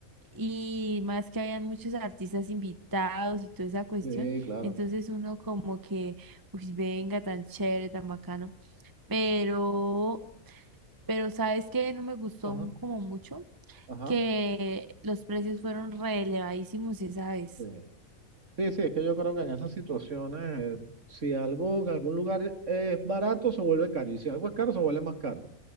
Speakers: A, on the right; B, on the right.
A: y más que habían muchos artistas invitados y toda esa cuestión,
B: Sí, claro.
A: entonces uno como que, uy, venga, tan chévere, tan bacano, pero, pero ¿sabes qué? No me gustó
B: Ajá,
A: un- como mucho,
B: ajá.
A: que los precios fueron re elevadísimos esa vez,
B: Sí. Sí, sí, es que yo creo que en esas situaciones, eh, si algo en algún lugar es barato, se vuelve caro, y si algo es caro, se vuelve más caro.